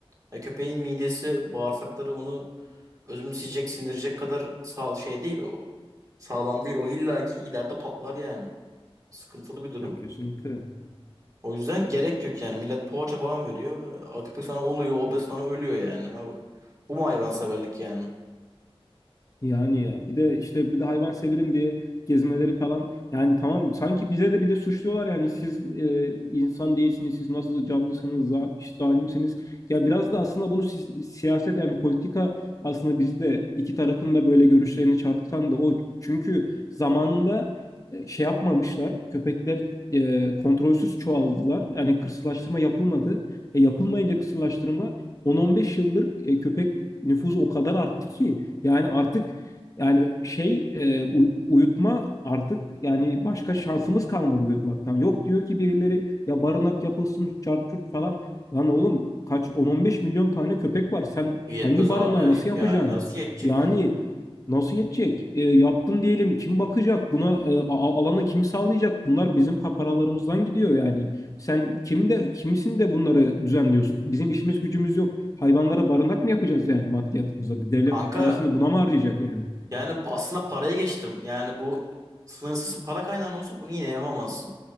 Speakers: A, on the right (about 35°); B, on the left (about 35°).
A: Ya köpeğin midesi, bağırsakları onu özümseyecek, sindirecek kadar sağ şey değil. O sağlam değil. O illaki ileride patlar yani. Sıkıntılı bir durum.
B: Ya kesinlikle.
A: O yüzden gerek yok yani. Millet poğaça falan veriyor. Aa, Köpek sonra oluyor, obez sonra ölüyor yani. Abi, bu mu hayvanseverlik yani?
B: Yani ya bir de işte bir de hayvan severim diye gezmeleri falan yani tamam sanki bize de bir de suçluyorlar yani siz e, insan değilsiniz siz nasıl canlısınız za- işte zalimsiniz ya biraz da aslında bunu si- siyaset yani politika aslında bizi de iki tarafın da böyle görüşlerini çarpıtan da o çünkü zamanında e, şey yapmamışlar köpekler e, kontrolsüz çoğaldılar yani kısırlaştırma yapılmadı e, yapılmayınca kısırlaştırma 10-15 yıldır e, köpek nüfusu o kadar arttı ki yani artık yani şey e, uy- uyutma artık yani başka şansımız kalmadı uyutmaktan. Yok diyor ki birileri ya barınak yapılsın çart çurt falan. Lan oğlum kaç 10-15 milyon tane köpek var. Sen
A: İyi
B: hangi
A: abi.
B: barınağı nasıl yapacaksın?
A: Yani nasıl yetecek?
B: Yani nasıl yetecek? E, yaptın diyelim kim bakacak? Buna e, a- a- alanı kim sağlayacak? Bunlar bizim pa- paralarımızdan gidiyor yani. Sen kim de kimsin de bunları düzenliyorsun? Bizim işimiz gücümüz yok. Hayvanlara barınak mı yapacağız yani maddiyatımıza? Devlet
A: Kanka
B: parasını buna mı harcayacak yani?
A: yani aslında paraya geçtim. Yani bu sınırsız bir para kaynağın olsun bunu yine yapamazsın.